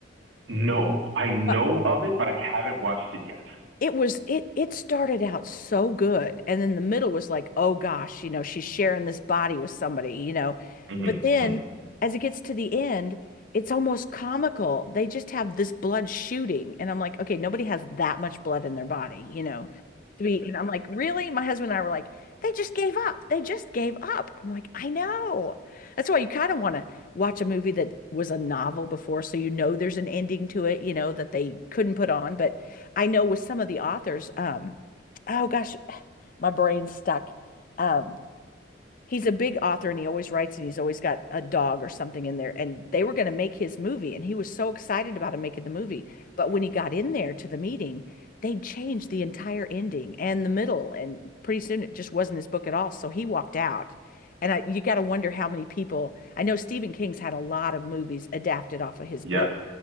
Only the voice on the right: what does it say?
No, I know
of it, but I haven't watched it yet.
Mm-hmm,
mm-hmm.
<laughs> yes,